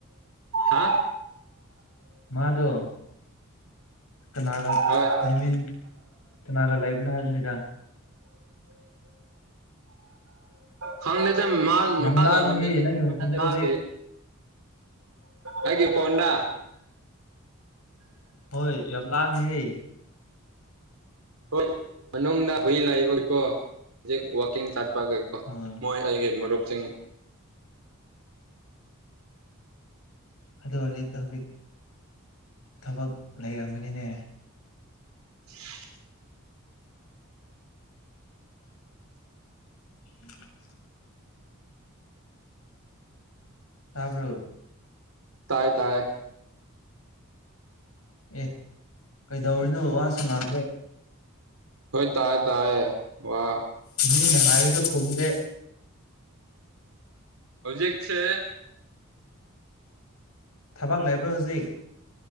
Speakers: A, on the right; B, on the left.
A: ꯍꯥ
B: ꯃꯥꯗꯣ ꯀꯅꯥꯒ
A: ꯍꯣꯏ
B: ꯂꯩꯃꯤꯟ ꯀꯅꯥꯒ ꯂꯩꯕꯅꯣ ꯍꯥꯏꯕꯅꯤꯗ
A: ꯈꯪꯗꯦꯗ ꯃꯥ ꯅꯨꯄꯥꯥꯒ
B: ꯌꯥꯝ ꯂꯥꯡꯉꯦꯍꯦ
A: ꯂꯩꯃꯤꯟ
B: ꯅꯪꯒꯤ ꯃꯐꯝꯁꯦ
A: ꯃꯥꯒꯤ
B: ꯍꯧꯖꯤꯛ
A: ꯑꯩꯒꯤ ꯐꯣꯟꯗ
B: ꯍꯣꯏ ꯌꯥꯝ ꯂꯥꯡꯉꯦꯍꯦ
A: ꯍꯣꯏ ꯃꯅꯨꯡꯗ ꯍꯨꯏ ꯂꯩꯕꯒꯤꯀꯣ ꯍꯧꯖꯤꯛ ꯋꯥꯛꯀꯤꯡ ꯆꯠꯄꯒꯤ
B: ꯑꯥ
A: ꯃꯣꯏ ꯑꯩꯒꯤ ꯃꯔꯨꯞꯁꯤꯡ
B: ꯑꯗꯨ ꯑꯣꯏꯔꯗꯤ ꯍꯧꯖꯤꯛ ꯊꯕꯛ ꯂꯩꯔꯝꯒꯅꯤꯅꯦ
A: <inaudible>
B: <inaudible> ꯇꯥꯕ꯭ꯔꯣ
A: ꯇꯥꯏꯌꯦ ꯇꯥꯏꯌꯦ
B: ꯑꯦ ꯀꯩꯗꯧꯔꯤꯅꯣ ꯋꯥꯁꯨ ꯉꯥꯡꯗꯦ
A: ꯍꯣꯏ ꯇꯥꯏꯌꯦ ꯇꯥꯏꯌꯦ ꯋꯥ
B: ꯃꯤꯅ ꯍꯥꯏꯔꯁꯨ ꯈꯨꯝꯗꯦ
A: ꯍꯧꯖꯤꯛꯁꯦ
B: ꯊꯕꯛ ꯂꯩꯕ꯭ꯔꯥ ꯍꯧꯖꯤꯛ